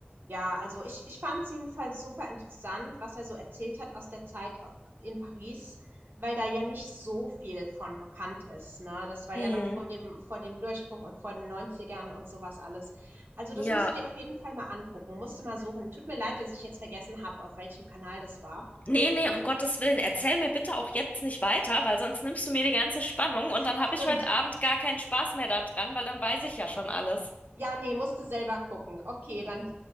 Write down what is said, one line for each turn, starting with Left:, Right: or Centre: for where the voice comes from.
Right: Ja, also ich, ich fand es jedenfalls super interessant, was er so erzählt hat aus der Zeit in Paris, weil da ja nicht so viel von bekannt ist, ne? Das war
Left: Mhm.
Right: ja noch vor dem, vor dem Durchbruch und vor den Neunzigern und sowas alles. Also das
Left: Ja.
Right: musst du dir auf jeden Fall mal angucken, musst du mal suchen. Tut mir leid, dass ich jetzt vergessen habe, auf welchem Kanal das war.
Left: Nee, nee, um Gottes Willen, erzähl mir bitte auch jetzt nicht weiter, weil sonst nimmst du mir die ganze Spannung und dann
Right: Stimmt.
Left: habe ich heute Abend gar keinen Spaß mehr daran, weil dann weiß ich ja schon alles.
Right: Ja, nee, musst du selber gucken. Okay, dann